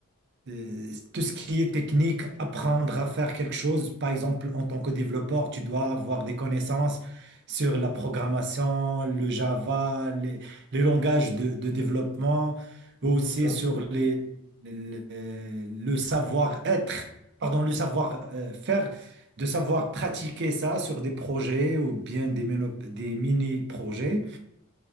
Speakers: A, on the right (about 50°); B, on the left (about 40°).
A: Euh, tout ce qui est technique, apprendre à faire quelque chose. Par exemple, en tant que développeur, tu dois avoir des connaissances sur la programmation, le Java, les, les langages de, de développement, aussi
B: c'est tout ça.
A: sur les, les- le savoir-être, pardon, le savoir-faire, de savoir pratiquer ça sur des projets ou bien des, mono- des mini-projets.